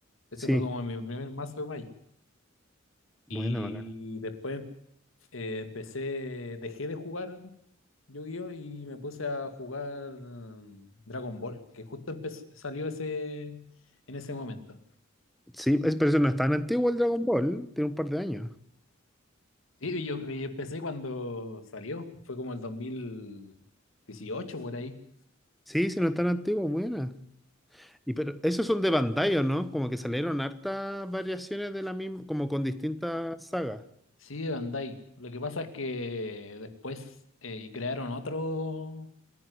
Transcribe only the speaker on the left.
Ese
fue como mi primer mazo de Magic. Y
después Eh, empecé, dejé de jugar Yu-Gi-Oh! y me puse a jugar mm, Dragon Ball, que justo empe- salió ese, en ese momento.
Sí, y yo, y empecé cuando salió, fue como el dos mil dieciocho por ahí.
Sí, de Bandai. Lo que pasa es que después eh, crearon otro